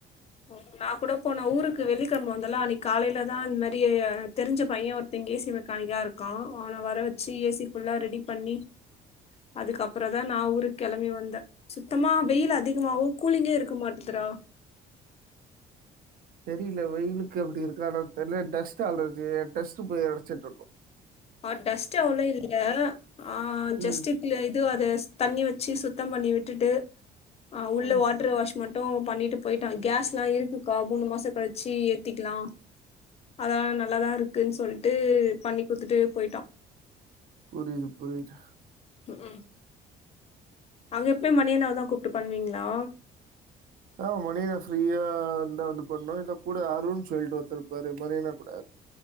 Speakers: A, on the left (about 35°); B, on the right (about 60°).
A: ஓ நா கூட போன ஊருக்கு வெள்ளிக்கிழம வந்தலா அன்னிக்கு காலயிலதா இந்மாரி தெரிஞ்ச பைய ஒருத்தங்க ஏசி மெக்கானிக்கா இருக்கா அவன வர வச்சு ஏசி புல்லா ரெடி பண்ணி அதுக்கப்பற தா நா ஊருக் கெளம்பி வந்த சுத்தமா வெயில் அதிகமாவோ கூலிங்கே இருக்க மாட்டதுடா
B: வெளியில வெயிலுக்கு அப்பிடி இருக்கா என்னனு தெர்ல டஸ்ட்டு அலர்ஜி டஸ்ட் போய் அடச்சிட்ருக்கு
A: ஆ டஸ்ட் அவ்ளோ இல்ல ஆ
B: ம்
A: ஜஸ்ட் இ அத தண்ணி வச்சு சு சுத்தம் பண்ணி விட்டுட்டு ஆ உள்ள
B: ம்
A: வாட்ரு வாஷ் மட் பண்ணிட்டு போயிட்டா கேஸ்லா இருக்குக்கா மூணு மாச கழிச்சு ஏத்திக்லா அத நல்லாதா ருக்குன் சொல்ட்டு பண்ணி கொடுத்துட்டு போயிட்டா
B: புரியுது புரியுது
A: உம் அவங்க எப்பயு மணியனாவ தா கூப்ட்டு பண்ணுவீங்ளா
B: ஆ மணினா ஃப்ரீயா இருந்தா வந்து பண்ணு இல்ல கூட அருண் சொல்டு ஒருத்தருப்பாரு மணியண்ணானா கூட